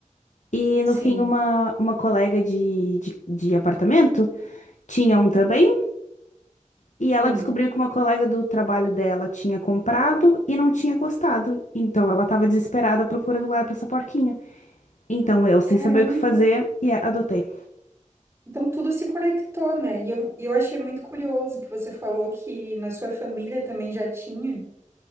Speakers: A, on the left (about 70°); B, on the right (about 25°).
A: E no
B: Sim.
A: fim, uma, uma colega de, de, de apartamento tinha um também. E ela
B: Hum.
A: descobriu que uma colega do trabalho dela tinha comprado e não tinha gostado. Então ela tava desesperada à procura do lar pra essa porquinha. Então eu, sem
B: Caramba.
A: saber o que fazer, e é, adotei.
B: Então tudo se conectou, né? E eu, e eu achei muito curioso que você falou que na sua família também já tinha.